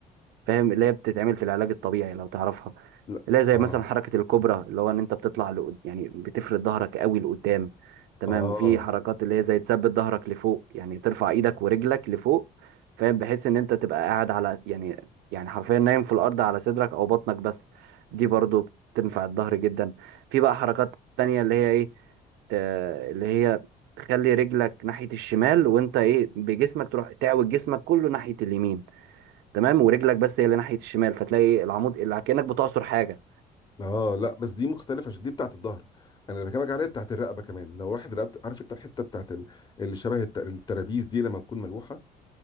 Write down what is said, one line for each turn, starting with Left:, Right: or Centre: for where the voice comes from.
Right: فاهم اللي هي بتتعمل في العلاج الطبيعي لو تعرفها
Left: لا
Right: اللي هي زي
Left: اه
Right: مثلا حركة الكوبرا اللي هو ان انت بتطلع لقد... يعني بتفرد ظهرك قوي لقدام تمام
Left: اه
Right: في حركات اللي هي زي تثبت ظهرك لفوق يعني ترفع ايدك ورجلك لفوق فاهم بحيث ان انت تبقى قاعد على يعني يعني حرفيا نايم في الارض على صدرك او بطنك بس دي برضو بتنفع الظهر جدا في بقى حركات تانية اللي هي ايه ت- اللي هي تخلي رجلك ناحية الشمال وانت ايه بجسمك تروح تعوج جسمك كله ناحية اليمين تمام ورجلك بس هي اللي ناحيه الشمال فتلاقي العمود اللي كانك بتعصر حاجه
Left: اه لا بس دي مختلفه عشان دي بتاعت الظهر انا اللي بكلمك عليها بتاعت الرقبه كمان لو واحد رقبته عارف انت الحته بتاعت ال- اللي شبه الت- الترابيز دي لما تكون ملوحه